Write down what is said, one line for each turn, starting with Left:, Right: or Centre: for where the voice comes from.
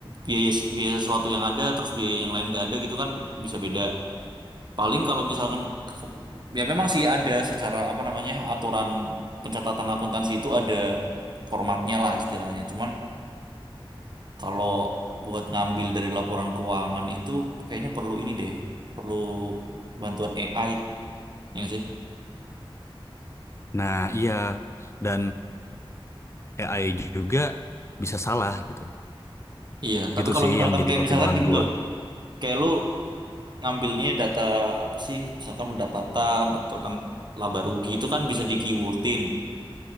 Right: biaya biaya sesuatu yang ada terus biaya yang lain nggak ada gitu kan bisa beda. Paling kalau misalkan ya memang sih ada secara apa namanya aturan pencatatan akuntansi itu ada formatnya lah istilahnya. Cuman kalau buat ngambil dari laporan keuangan itu kayaknya perlu ini deh, perlu bantuan AI ya nggak sih?
Left: nah iya dan eh, AI juga bisa salah gitu
Right: Iya, tapi
Left: gitu
Right: kalau
Left: sih
Right: misalkan
Left: yang jadi
Right: kayak
Left: pertimbangan
Right: misalkan gini
Left: gua
Right: loh, kayak lu ngambilnya data apa sih, misalkan pendapatan atau tentang laba rugi itu kan bisa di keywordin,